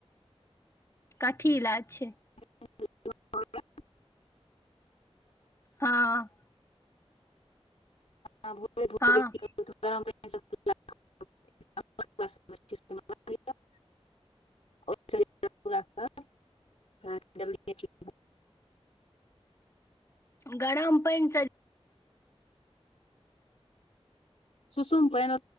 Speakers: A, on the left (about 25°); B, on the left (about 75°).
A: कथी इलाज छै
B: <inaudible>
A: हँ
B: ह भोरे भोरे
A: हँ
B: गरम पायन से <inaudible> आ आ <inaudible> <inaudible>
A: घड़म्प <inaudible>
B: सुसूम पायन